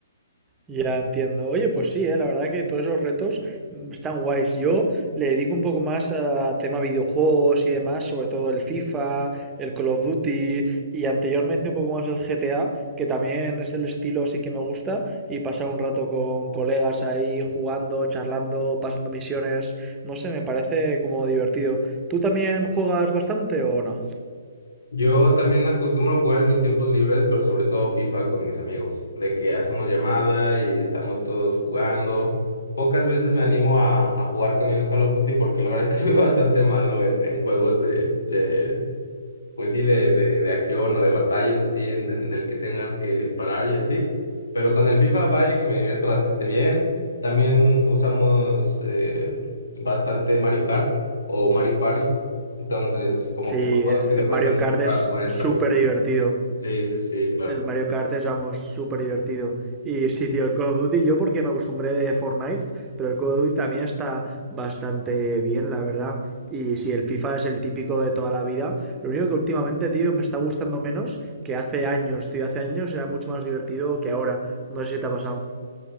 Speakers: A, on the right (about 15°); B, on the left (about 70°).
A: Ya entiendo. Oye, pues sí, eh, La verdad que todos esos retos mm, están guays. Yo le dedico un poco más a tema videojuegos y demás, sobre todo el FIFA, el Call of Duty y anteriormente un poco más el GTA, que también es del estilo sí que me gusta y pasar un rato con colegas ahí jugando, charlando, pasando misiones, no sé, me parece como divertido. ¿Tú también juegas bastante o no?
B: Yo también acostumbro jugar en mis tiempos libres, pero sobre todo FIFA con mis amigos, de que hacemos llamada y estamos todos jugando. Pocas veces me animo a, a jugar con ellos Call of Duty porque la verdad es que <laughs> soy bastante malo en, en juegos de, de pues sí, de, de, de acción o de batallas así en, en el que tengas que disparar y así. Pero con el FIFA, vaya que me divierto bastante bien. También usamos eh, bastante Mario Kart o Mario Party. Entonces, como
A: Sí,
B: que son juegos que se
A: el
B: prestan
A: Mario
B: mucho
A: Kart es
B: para jugar entre
A: súper
B: amigos.
A: divertido.
B: Sí, sí, sí, claro.
A: El Mario Kart es, vamos, súper divertido. Y sí, tío, el Call of Duty, yo porque me acostumbré de Fortnite, pero el Call of Duty también está bastante bien, la verdad. Y sí, el FIFA es el típico de toda la vida. Lo único que últimamente, tío, me está gustando menos que hace años, tío. Hace años era mucho más divertido que ahora. No sé si te ha pasado.